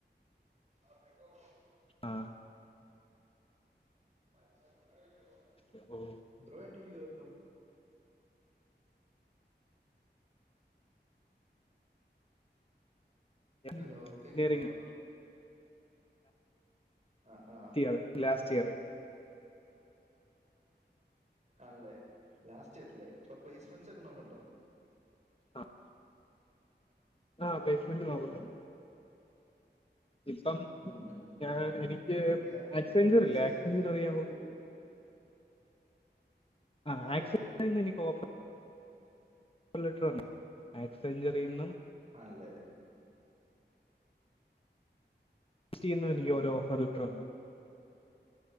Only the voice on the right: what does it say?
<unintelligible>
<unintelligible>
ബ്രോ എന്ത്യ്യാ ഇപ്പം
ഹലോ കേക്ക്ണ്ടോ ആ ആ
അല്ലെ ലാസ്റ്റ് ഇയറ് അല്ലേ? ഇപ്പൊ പ്ലേസ്മെന്റ്സ് ഒക്കെ നോക്കണ്ടോ?
ഉം
എവിടെയാ
ഇപ്പം ടി
സി
സിയിലൊക്കെ കിട്ടിയാ പോവോ
അറിയാം
അറിയാം
ആണ് ല്ലേ?
കൊള്ളാം
കൊള്ളാം